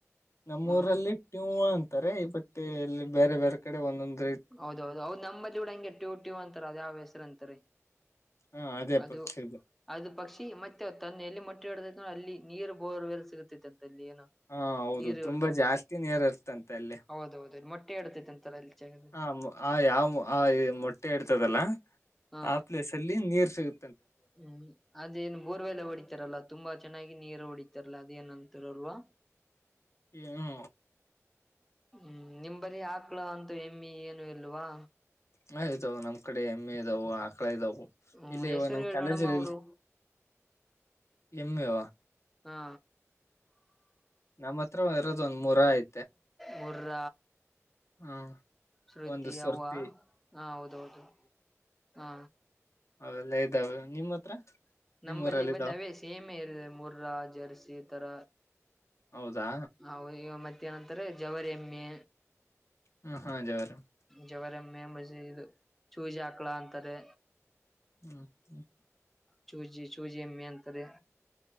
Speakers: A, on the left; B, in the centre.
A: ನಮ್ಮೂರಲ್ಲಿ
B: ಹ್ಮ್
A: ಟ್ಯೂ ಅನ್ ತಾರೆ ಬಟ್ ಇಲ್ಲಿ ಬ್ಯಾರೆ ಬ್ಯಾರೆ ಕಡೆ ಒನ್ನೊಂದ್
B: ಹೌದ ಹೌದು ಹೌದು ನಂಬಲ್ಲಿ <unintelligible> ಹೆಂಗೆ ಟ್ಯೂ ಟ್ಯೂ ಅಂತಾರ ಅದ್ ಯಾವ್ ಹೆಸರಂತಾರೆ.
A: ಹಾ ಅದೇ
B: ಅದು
A: ಪಕ್ಷಿದು
B: ಅದು ಪಕ್ಷಿ ಮತ್ತೆ ತನ್ನ ಎಲ್ಲಿ ಮೊಟ್ಟೆ ಹಡದ ನ ಅಲ್ಲಿ ನೀರ್ ಬೋರ್ ಎ ಸಿಗುತ್ತತ್ತು ಅ ಏನೋ
A: ಹಾ ಹೌದು
B: ನೀರು
A: ತುಂಬಾ
B: ಇರ್ತವೆಂತೆ
A: ಜಾಸ್ತಿ ನೀರ್ ಇರ್ತಂತೆ ಅಲ್ಲಿ
B: ಹೌದೌದು ಇಲ್ಲಿ ಮೊಟ್ಟೆ ಎಡ್ತೈತೆ ಅಂತಲ್ಲ ಅಲ್ಲಿ. ಜಾಗದಲ್ಲಿ
A: ಹ ಆ ಯಾವ ಆ ಮೊಟ್ಟೆ ಇಡ್ತದಲ್ಲ
B: ಹಾ
A: ಆ ಪ್ಲೇಸ್ ಅಲ್ಲಿ ನೀರ್ ಸಿಗ್
B: ಹ್ಮ್ ಅದೇ ಏನ್ ಬೋರ್ವೆಲ್ಲ ಹೊಡಿತಾರಲ್ಲಾ ತುಂಬಾ ಚೆನ್ನಾಗಿ ನೀರು ಹೊಡಿತಾರಲ್ಲ. ಅದೇ ಏನಂತಿರಲ್ವಾ.
A: ಯ ಹ್ಮ
B: ಹ್ಮ್ ನಿಮ್ ಬರಿ ಹಾಕ್ಳ ಅನ್ ಎಮ್ಮಿ ಏನು ಇಲ್ವಾ.
A: ಮ ಇದಾವ ನಮ್ ಕಡೆ ಎಮ್ಮೆ ಇದಾವ ಆಕಳ ಇದಾವ್
B: ಹ್ಮ್
A: ಇಲ್ಲ
B: ಹೆಸರು
A: ಇವ ನಮ್
B: ಹೇಳಿ
A: ಕಾಲೇಜ
B: ನೋಡಮ್ಮ ಅವರು
A: ಇಲ್ ಎಮ್ಮೆ ವಾ,
B: ಹಾ
A: ನಮ್ಮ ಹತ್ರ ಇರೋದ್ ಒಂದ್ ಮೂರ ಆಯ್
B: ಮುರ್ರ,
A: ಹ
B: ಶ್ರುತಿ
A: ಒಂದು ಸುರ್ತಿ
B: ಅವ್ವ ಹಾ ಹೌದೌದು. ಹಾ
A: ಅವೆಲ್ಲ ಇದಾವ ನಿಮ್ಮ್ ಹತ್ರ,
B: ನಂಬಲ್ಲಿ
A: ನಿಮ್ ಊರಲ್ಲಿ
B: ಬಂದ
A: ಇದಾವ
B: ಅವೇ ಸೇಮೆ ಇರುದೆ ಮುರ್ರ ಜರ್ಸಿ ತರ
A: ಹೌದಾ
B: ಅವ್ ಇವ್ ಮತ್ ತ್ತ್ ಏನಂತಾರೆ ಜವರಿ ಎಮ್ಮೆ
A: ಹ್ಮ ಹಾ ಜವರೆಮ್
B: ಜವರೆಮ್ಮೆ ಮಜಿ ಇದು ಚೂಜಿ ಹಾಕ್ಳ ಅಂತಾರೆ.
A: ಹ್ಮ್ ಹ್ಮ್
B: ಚೂಜಿ ಚೂಜಿ ಎಮ್ಮಿ ಅಂತಾರೆ.